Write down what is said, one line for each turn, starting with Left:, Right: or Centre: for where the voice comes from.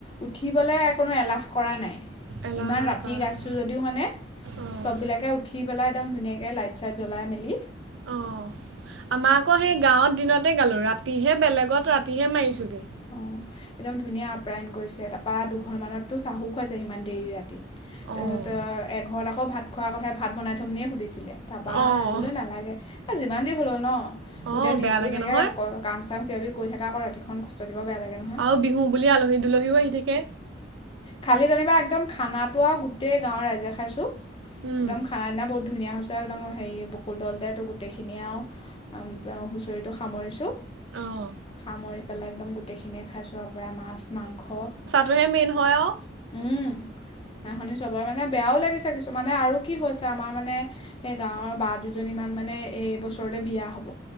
Left: উঠিবলৈ এ কোনো এলাহ কৰা নাই।
Right: এলাহ
Left: ইমান
Right: নাই
Left: ৰাতি
Right: কৰা
Left: গাইছোঁ যদিও মানে
Right: অঁ
Left: চব বিলাকে উঠি পেলাই একদম ধুনীয়াকে লাইট চাইট জ্বলাই মেলি
Right: অঁ আমাৰ আকৌ সেই গাঁৱত দিনত তে গালো। ৰাতিহে, বেলেগত ৰাতিহে মাৰিছোগে।
Left: অঁ একদম ধুনীয়া আপ্যায়ন কৰিছে তাৰপৰা দুঘৰমানতো চাহো খুৱাইছে সিমান দেৰি ৰাতি।
Right: অঁ
Left: তাৰপিছত এঘৰত আকৌ ভাত খোৱাৰ কথাই ভাত বনাই থ'ম নেকিয়ে সুধিছিলে। তাৰ পৰা,
Right: অঁ
Left: আমি বোলো নালাগে এ যিমান যি হলেও ন গোটেই
Right: অঁ
Left: দিনতো
Right: বেয়া লাগে
Left: তেনেকে
Right: নহয়
Left: কাম চাম কিবি কিবি কৰি থকা আকৌ ৰাতিখন দিব বেয়া লাগে নহয়
Right: আৰু বিহু বুলি আলহী দুলহীও আহি থা কে।
Left: খালি যেনিবা একদম খানাটো আৰু গোটেই গাঁৱৰ ৰাইজে খাইছোঁ। <unintelligible>
Right: উম
Left: ধুনীয়া হৈছে একদম হেৰি বকুল তলতেটো গোটেইখিনিয়ে আৰু হুঁচৰিটো সামৰিছো,
Right: অঁ
Left: সামৰি পেলাই একদম গোটেইখিনিয়ে খাইছো আৰু। মাছ-মাংস
Right: টোহে মেইন হয় আৰু।
Left: উম, নাচনী চবৰে মানে বেয়াও লাগিছে কিছুমানে আৰু কি হৈছে আমাৰ মানে সেই গাঁৱৰ বা দুজনীমান মানে এ এইবছৰতে বিয়া হ'ব।